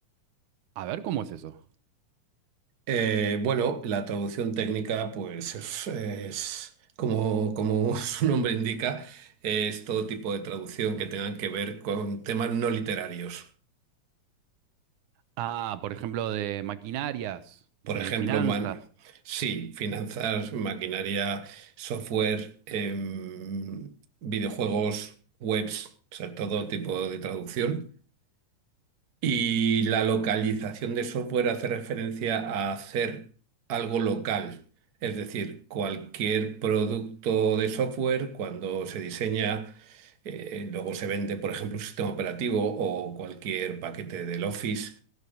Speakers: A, on the right (about 85°); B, on the right (about 55°).
A: A ver, ¿cómo es eso?
B: Eh, bueno, la traducción técnica, pues es, es como, como <laughs> su nombre indica, es todo tipo de traducción que tengan que ver con temas no literarios.
A: Ah, por ejemplo, de maquinarias,
B: Por
A: eh,
B: ejemplo,
A: finanzas.
B: man- sí, finanzas, maquinaria, software, em, videojuegos, webs, o sea, todo tipo de traducción. Y la localización de software hace referencia a hacer algo local. Es decir, cualquier producto de software, cuando se diseña, eh, luego se vende, por ejemplo, un sistema operativo o cualquier paquete del Office,